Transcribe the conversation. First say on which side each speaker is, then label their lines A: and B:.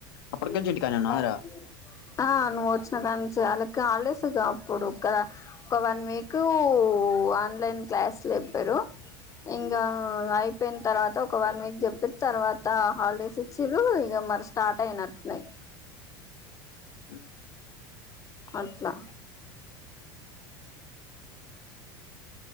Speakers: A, on the left; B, on the left.
A: అప్పటికెళ్ళి
B: మ
A: ఇంటికానే ఉన్నారా
B: <unintelligible> ఆ నువ్వు వచ్చిన కానీ వాళ్ళకి హాలిడేస్ అప్పుడు ఒక ఒక వన్ వీక్ ఓ ఆన్లైన్ క్లాసులు ఇప్పారు ఇంగా అయిపో పెయిన తర్వాత ఒకవన్ వీక్ చెప్పిన తర్వాత హాలిడేస్ ఇచ్చి్రు ఇక మరి స్టార్ట్ అయినట్టున్నాయి
A: అ
B: అట్లా